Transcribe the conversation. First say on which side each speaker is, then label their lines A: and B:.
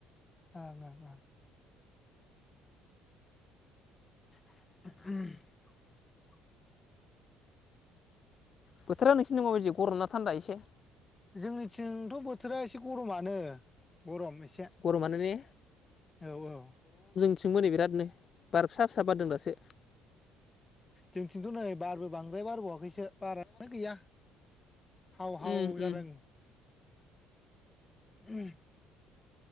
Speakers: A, on the left; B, on the left.
A: ओं ओं ओं। <unintelligible>
B: बोथोरा नोंसिनि माबादि गरम ना थान्दा एसे।
A: जोंनिथिंथ' बोथोरा एसे गरमानो गरम। एसे
B: गरमानो ने।
A: औ औ।
B: सोंमोनै बिरादनो बार फिसा फिसा बारदों दासो।
A: जोंथिन्थ' नै बारबो बांद्राय बारबावाखै। बेसो बारानो गैया हाव हाव
B: उम
A: जादों।
B: उम
A: <unintelligible>